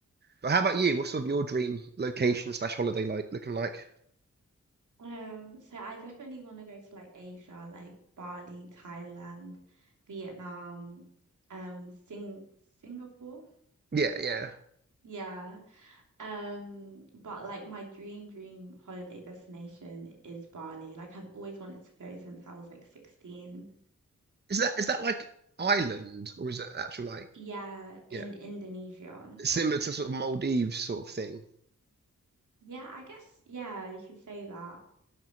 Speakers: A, on the right; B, on the right.
A: But how about you? What's sort of your dream location slash holiday like looking like?
B: Um, so I definitely want to go to like Asia, like Bali, Thailand, Vietnam, um, Sing Singapore.
A: Yeah, yeah.
B: Yeah. Um, but like my dream dream holiday destination is Bali. Like I've always wanted to go since I was like 16.
A: Is that is that like island or is it actual like
B: Yeah, in
A: yeah
B: Indonesia.
A: similar to sort of Maldives sort of thing?
B: Yeah, I guess yeah, you could say that.